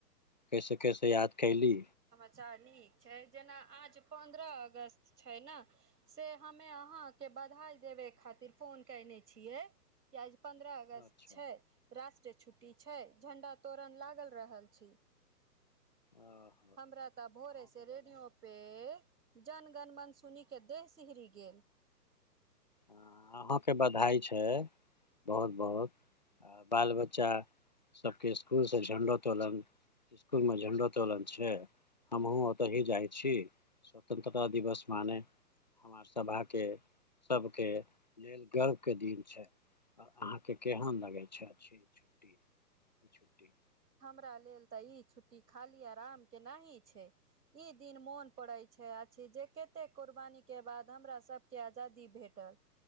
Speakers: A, on the left (about 30°); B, on the right (about 75°).
A: कैसे कैसे याद कयली
B: अचछा नीक छै जेना आज पन्द्रह अगस्त छय न से हमे अहाँ के बधाइ देबै खातिर फोन कयने छियै कि आइ पन्द्रह अगस्त
A: अच्छा
B: छय राष्ट्रीय छुट्टी छै झंडा तोरन लागल रहल छय
A: ओ
B: हमरा तऽ भोरेसँ रेडियो पे जनगण मन सूनिके देह सिहरी गेल
A: हँ अहाँके बधाई छै बहुत बहुत आ बाल बच्चा सबके इसकुलसँ झण्डो तोलन इसकुलमे झण्डो तोलन छै हमहुँ ओतहि जाइ छी स्वतन्त्रता दिवस माने हमर सभाके सबके लेल गर्वके दिन छै आ अहाँके केहन लगै छय छुट्टी ई छुट्टी
B: हमरा लेल तऽ ई छुट्टी खाली आरामके नही छै ई दिन मोन पड़य छय आ जे कते कुर्बानी के बाद हमरा सब के आजादी भेटल